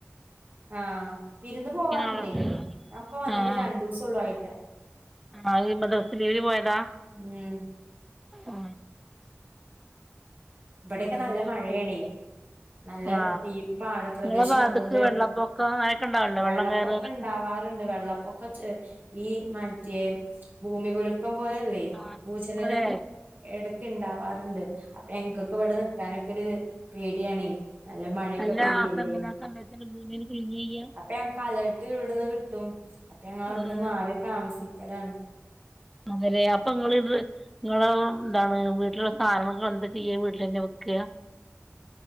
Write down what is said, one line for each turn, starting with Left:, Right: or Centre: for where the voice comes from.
Right: ആഹ് വിര്ന്ന് പോവാറ്ണ്ടേ
Centre: ആളാ
Right: ഞാപ്പം വന്ന്ട്ട്
Centre: ആഹ്
Right: രണ്ടൂസൊള്ളു ആയിട്ട്
Centre: ആഹ് മഡ്രസ്സ്ലീവില് പോയതാ
Right: ഉം
Centre: ആ
Right: ഇബടെക്കെ
Centre: മദ്രസ
Right: നല്ല
Centre: ലീവിന്
Right: മഴെയേണേ
Centre: പോയിട്ടില്ല
Right: നല്ല
Centre: ആഹ്
Right: ഈ പാടപ്രദേശ
Centre: നിങ്ങളെ ഭാഗത്ത്ക്ക്
Right: ആകൊണ്ട്
Centre: വെള്ളപ്പൊക്കം അങ്ങനൊക്കെ ഉണ്ടാവല്ലോ
Right: വള്ളപ്പൊക്
Centre: വെള്ളം കയറാനൊക്കെ
Right: ഇപ്പം ഇണ്ടാവാറുണ്ട് വെള്ളപ്പൊ കച്ച് ഈ മറ്റേ ഭൂമികുലുക്കം പോലെല്ലേ
Centre: ആഹ്
Right: ഭൂചലനം
Centre: അതെ
Right: എടെക്ക് ഇണ്ടാവാറ്ണ്ട് അപ്പം ഞൻക്കൊക്കെ വ്ടെ നിക്കാനൊക്കൊര് പേട്യാണേ നല്ല മഴയൊക്കെ
Centre: അല്ല
Right: പെയ്യെല്ലേ
Centre: അപ്പൊ എങ്ങനെ ആ സമയത്ത് ഭൂമിയില് കുലുങ്ങാ ചെയ്യാ
Right: അപ്പം ഞങ്ങക്ക് അലേട്ട് ഇവിട്ന്ന് കിട്ടും അപ്പ ഞങ്ങളവ്ട്ന്ന്
Centre: ആഹ്
Right: മാറി താമസിക്കലാണ്
Centre: മൊകെരെ അപ്പം ഇങ്ങളിത് ഇങ്ങളെ ന്താണ് വീട്ട്ല്ള്ളെ സാനങ്ങളൊക്കെ ങ്ങളെന്താ ചെയ്യാ വീട്ടിലെന്നെ വെക്കാ